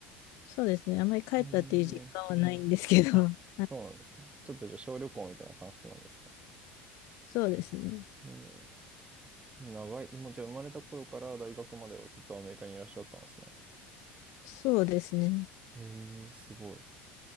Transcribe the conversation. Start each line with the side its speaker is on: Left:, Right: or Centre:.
Left: そうですね、あまり帰ったっていう実感はないんですけど、
Right: えー、<laughs>
Left: <laughs>
Right: あ、
Left: はい、
Right: そうなんですね。ちょっとじゃあ小旅行みたいな感覚なんですね。
Left: そうですね、
Right: えー、長い、もうじゃあ生まれた頃から大学まではずっとアメリカにいらっしゃったんですね。
Left: そうですね。
Right: へえ、すごい。